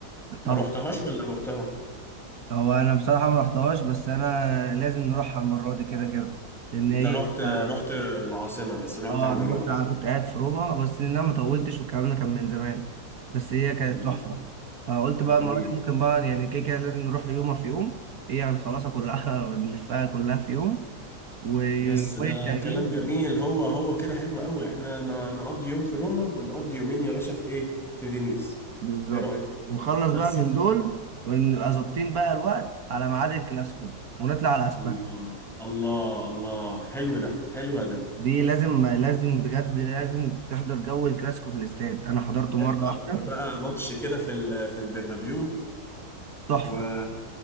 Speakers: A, on the right (about 65°); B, in the centre.
A: طبعا
B: ما روحتهاش ولا روحتها؟
A: هو انا بصراحة ما رحتهاش بس انا لازم نروحها المرة دي كده كده لان
B: أنت
A: هي
B: رحت رحت
A: اه
B: العاصمة بس رحت
A: آه،
B: على
A: انا
B: روم
A: رحت أنا كنت قاعد في روما بس ان انا ما طولتش والكلام ده كان من زمان بس هي كانت
B: مم.
A: تحفة فقلت بقى
B: جميل
A: المرة دي ممكن بقى يعني كده كده لازم نروح يومها في يوم هي هنخلصها كلها <laughs> ونلفها كلها في يوم ويومين
B: بس ده
A: التانيين
B: كلام جميل هو هو كده حلو قوي احنا ن- نقضي يوم في روما ونقضي يومين يا باشا في ايه في فينيس
A: بالظبط
B: ايه رأيك
A: ونخلص
B: بس
A: بقى من دول ونبقى ظابطين بقى الوقت على ميعاد الكلاسيكو ونطلع على اسبانيا
B: الله الله الله حلو ده حلو ده
A: دي لازم لازم بجد لازم تحضر جو الكلاسيكو في الاستاد انا حضرته
B: نحضر
A: مره واحده
B: بقى ماتش كده في ال- في البرنابيو
A: تحفه
B: و...